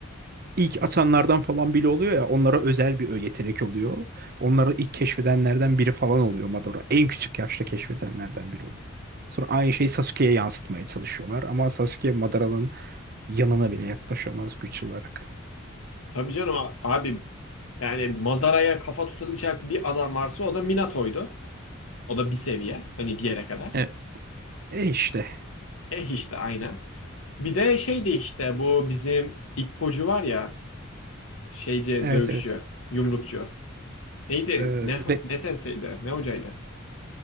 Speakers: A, on the right (about 45°); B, on the left (about 80°).
A: ilk atanlardan falan bile oluyor ya onlara özel bir ö- yetenek oluyor. Onları ilk keşfedenlerden biri falan oluyor Madara. En küçük yaşta keşfedenlerden biri oluyor. Sonra aynı şeyi Sasuke'ye yansıtmaya çalışıyorlar ama Sasuke Madara'nın yanına bile yaklaşamaz güç olarak.
B: Tabii canım a- abi yani Madara'ya kafa tutulacak bir adam varsa o da Minato'ydu. O da bir seviye. Hani bir yere kadar.
A: E, e işte.
B: Eh işte aynen. Bir de şeydi işte bu bizim İppocu var ya. şeyci
A: Evet
B: dövüşçü,
A: evet.
B: yumrukçu. Neydi?
A: E,
B: Ne
A: re-
B: ne senseydi? Ne hocaydı?